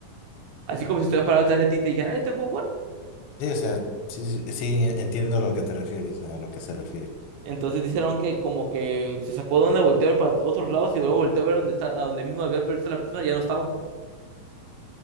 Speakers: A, on the right; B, on the left.
A: Así como si estuviera parado atrás de ti y te dijera, ay, ¿te puedo jugar?
B: Sí, o sea, sí, sí, sí, entiendo a lo que te refieres, a lo que se refiere.
A: Entonces dice Laron que como que se sacó de onda, volteó a ver para otros lados y luego volteó a ver dónde está, a donde mismo había perdido la persona, ya no estaba.